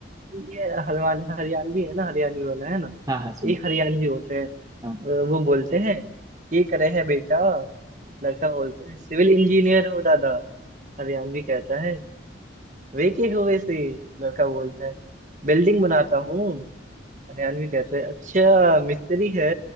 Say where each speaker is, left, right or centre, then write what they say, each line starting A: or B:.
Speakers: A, on the right; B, on the right.
A: ये हरवान हरियाणवी है ना हरियाणवी वाला है ना
B: हाँ हाँ सुन
A: एक हरियाणवी होते हैं अ,
B: हाँ
A: वो बोलते हैं ये करे है बेटा लड़का बोलते हैं सिविल इंजीनियर हो दादा हरियाणवी कहता है वे के हो वैसे लड़का बोलता है बिल्डिंग बनाता हूँ हरियाणवी कहता है अच्छा मिस्त्री है